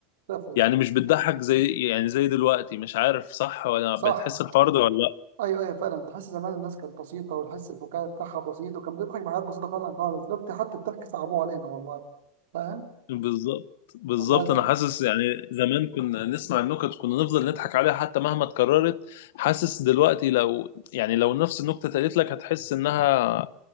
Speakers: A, on the right; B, on the left.
A: لفت
B: يعني مش بتضحك زي يعني زي دلوقتي مش عارف صح ولا
A: صح
B: بتحس الحوار ده ولا
A: ايوه ايوه فعلا تحس زمان الناس كانت بسيطه وتحس البكاء بتاعها بسيط وكانت بتضحك بحاجات بسيطه فعلا خالص دلوقتي حتى الضحك صعبوه علينا والله فاهم
B: بالظبط بالظبط
A: والله
B: انا حاسس يعني زمان كنا نسمع النكت كنا نفضل نضحك عليها حتى مهما اتكررت حاسس دلوقتي لو يعني لو نفس النكته اتقالت لك هتحس انها